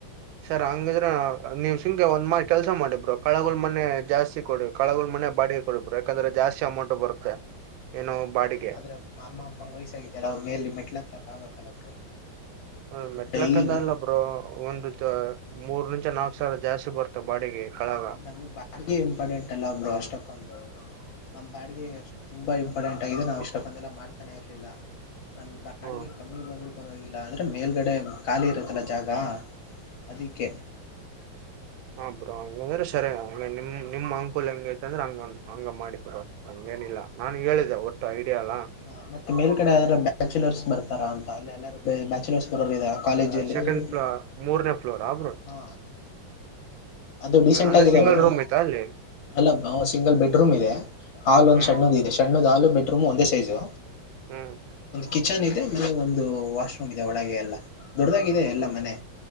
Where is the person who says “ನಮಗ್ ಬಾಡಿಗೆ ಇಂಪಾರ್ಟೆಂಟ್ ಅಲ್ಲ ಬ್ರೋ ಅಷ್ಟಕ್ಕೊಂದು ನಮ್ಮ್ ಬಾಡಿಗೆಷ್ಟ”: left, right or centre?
Left